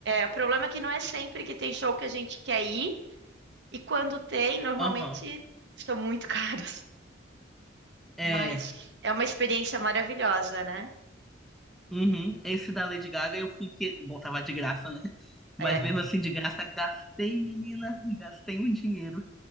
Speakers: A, on the right; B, in the centre.
A: o problema é que não é sempre que tem show que a gente quer ir. E quando tem, normalmente
B: Aham.
A: estão muito <laughs> caros.
B: É.
A: Mas é uma experiência maravilhosa, né?
B: Uhum. Esse da Lady Gaga eu fui porque. Bom, tava de graça, né? Mas
A: É.
B: mesmo assim, de graça, gastei, menina. Gastei um dinheiro.